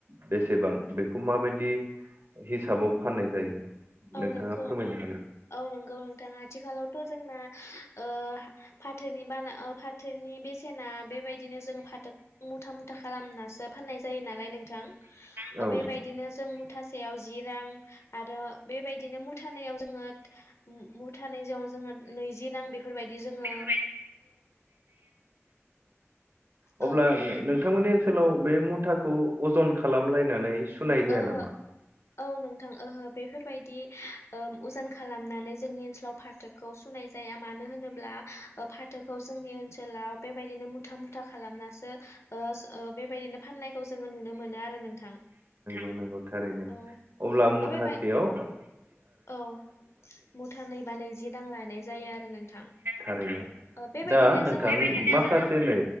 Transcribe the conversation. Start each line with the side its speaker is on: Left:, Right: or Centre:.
Right: बेसेबा बां बेखौ माबायदि हिसाबाव फाननाय जायो
Left: औ
Right: नोंथाङा
Left: नोंख'
Right: फोरमायनो
Left: औ नंगौ नोंथां आथिखालावथ' जोंना ओ फाथोनि बाना ओ फाथोनि बेसेना बेबायदिनो जोंङो फाथो मुथा मुथा खालामनासो फान नाय जायो नालाय नोंथां
Right: औ
Left: ओ बेबायदिनो जों मुथासेयाव जि रां आरो बेबायदिनो मुथानायाव जोङो मुथानायजों जोंङो नैजि रां बेफोरबायदि जोंङो
Right: <inaudible> अब्ला
Left: ओ
Right: नोंथांमोननि ओनसोलाव बे मुथाखौ अजन खालामलायनानै सुनाय जाया
Left: ओहो
Right: नामा?
Left: औ नोंथां ओहो बेफोर बायदि ओ उजान खालामनानै जोंनि ओनसोलाव फाथोखौ सुनाय जाया मानो होनोब्ला ओ फाथोखौ जोंनि ओनसोलाव बेबायदिनो मुथा मुथा खालामनासो ओ स ओ बेबायदिनो फाननायखौ जोंङो नुनो मोनो आरो नोंथां
Right: <inaudible> नंगौ थारैनो
Left: औ
Right: अब्ला मुथा
Left: ओ बेबाय
Right: <inaudible> औ
Left: औ मुथा नैबा नैजि रां लानाय जायो आरो नोंथां
Right: थारैनो
Left: ओ बेबायदिनो
Right: दा नोंथां
Left: जोङो
Right: माखासे
Left: औ
Right: नै